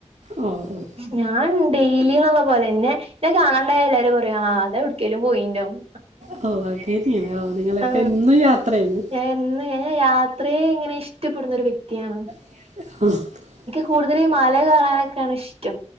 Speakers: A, on the right; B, on the right.
A: ഓ ഓ.
B: ഞാൻ ഡെയ്ലീന്ന്ള്ള പോലെ ന്നെ ന്നെ കാണാണ്ടായ എല്ലാരും പറയും ആ അതെവ്ട്ക്കേലും പോയീണ്ടാവും
A: ഓ <unintelligible>
B: ആ
A: എന്നും യാത്രയാണ്
B: ഞാൻ എന്ന് യാത്രയെ ഇങ്ങനെ ഇഷ്ട്ടപ്പെടുന്നൊരു വ്യക്തിയാണ്.
A: <unintelligible>
B: കൂടുതല് ഈ മല കയറാനൊക്കെണ് ഇഷ്റ്റം